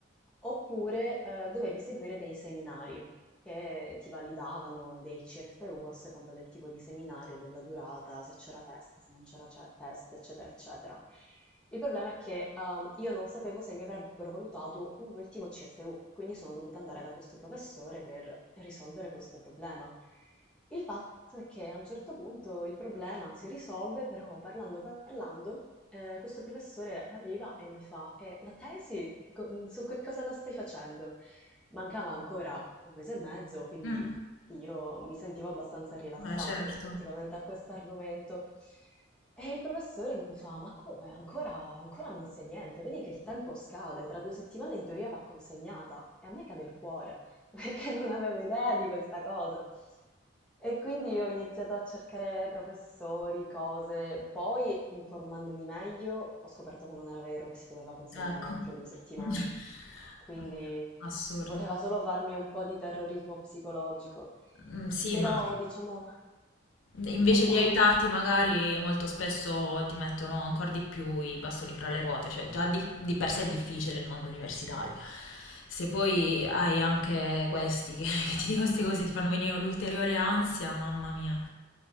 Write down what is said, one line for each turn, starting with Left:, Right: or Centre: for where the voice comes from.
Centre: oppure eh, dovevi seguire dei seminari che ti validavano dei CFU a seconda del tipo di seminario, della durata, se c'era test, se non c'era ce- test, eccetera, eccetera. Il problema è che ehm, io non sapevo se mi avrebbero valutato un ultimo CFU, quindi sono dovuta andare da questo professore per risolvere questo problema. Il fatto è che a un certo punto il problema si risolve, però parlando parlando, eh, questo professore arriva e mi fa, "Eh, la tesi co- su che cosa la stai facendo? Mancava ancora un mese e mezzo, quindi
Left: mm,
Centre: io mi sentivo abbastanza rilassata
Left: beh, certo,
Centre: rispettivamente a questo argomento. E il professore mi fa: Ma come? Ancora, ancora non sai niente? Vedi che il tempo scade, tra due settimane in teoria va consegnata. E a me cade il cuore, <laughs> perché non avevo idea di questa cosa. E quindi ho iniziato a cercare professori, cose, poi informandomi meglio ho scoperto che non era vero che si doveva consegnare
Left: ecco.
Centre: entro due settimane,
Left: <laughs>
Centre: quindi
Left: Guarda, Assurdo.
Centre: voleva solo farmi un po' di terrorismo psicologico,
Left: Mm, Sì,
Centre: però
Left: ma
Centre: diciamo
Left: Invece
Centre: sbagliato.
Left: di aiutarti, magari molto spesso ti mettono ancora di più i bastoni fra le ruote, cioè già di, di per sé è difficile il mondo universitario. Se poi hai anche questi che, <laughs> che ti dicono queste cose, ti fanno venire l'ulteriore ansia, mamma mia,